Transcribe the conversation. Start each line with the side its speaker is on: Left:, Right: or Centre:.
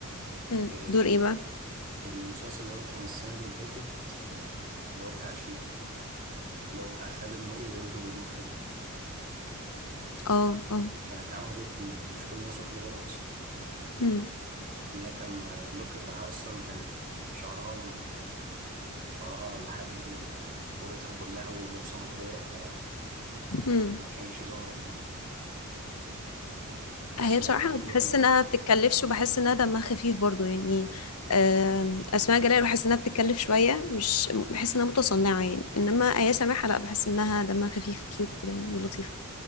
Left: مم.
Right: آه،
Left: دور ايه بقى
Right: المسلسل اللي هو كان السنة اللي فاتت آه، اللي هو بتاع شيكو اللي هو بتاع خالد نور ووالده نور خالد
Left: اه اه
Right: كانت عاملة دور فيه مش كل الناس واخدة بالها أصلا
Left: مم.
Right: ان هي كان اللوك بتاعها اصلا كانت شعرها م- شعرها لحد قورتها كلها ولابسه نضاره فما
Left: مم.
Right: كانتش ظاهره فيه بس
Left: هي بصراحة
Right: ده اكتر
Left: أنا بحس
Right: دور انا فاكره
Left: إنها بتتكلفش وبحس إنها دمها خفيف برضو يعني آم، أسماء جلال بحس إنها بتتكلف شوية مش بحس إنها متصنعة يعني إنما آية سماحة لا بحس إنها دمها خفيف وكيوت كده يعني لطيفة